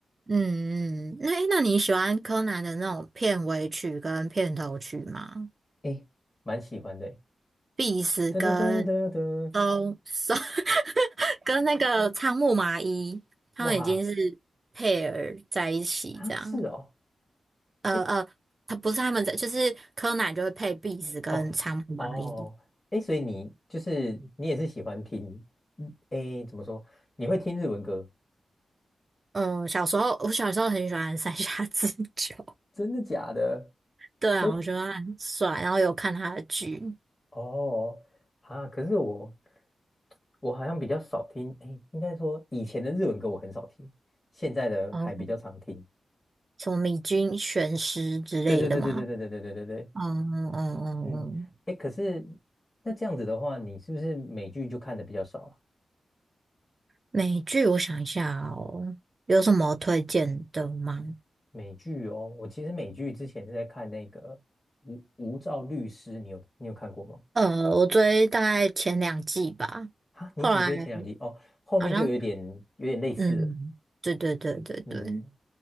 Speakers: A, on the right (about 30°); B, on the left (about 25°).
A: 嗯，嗯那诶那你喜欢柯南的那种片尾曲跟片头曲吗？
B: 诶，蛮喜欢的诶。
A: 必死跟
B: 噔噔噔噔噔，
A: 都 <laughs> 跟那个仓木麻衣，他们已经是配儿在一起这样。
B: <laughs> 哇！啊，是哦，
A: 呃呃，
B: 哎，
A: 他不是他们在，就是柯南就会配壁纸跟仓鼠蚂蚁。
B: 哦，哦，哎，所以你就是你也是喜欢听，嗯，哎，怎么说？你会听日文歌？
A: 嗯，小时候我小时候很喜欢三下智久，
B: 真的假的？
A: <laughs> 对啊，
B: 所以，
A: 我觉得他很帅，然后有看他的剧，
B: 哦，啊，可是我我好像比较少听，哎，应该说以前的日文歌我很少听，现在的还比较常听。
A: 哦，什么米津玄师之类的嘛。
B: 对对对对对对对对对对对，
A: 嗯嗯嗯嗯，
B: 嗯，哎，可是那这样子的话，你是不是美剧就看的比较少啊？
A: 美剧我想一下哦，有什么推荐的吗？
B: 美剧哦，我其实美剧之前是在看那个无无照律师，你有你有看过吗？
A: 呃，我追大概前两季吧，
B: 啊，
A: 后来
B: 你只追前两集哦，后面就有点有点类似了。
A: 好像嗯，对对对对对，
B: 嗯，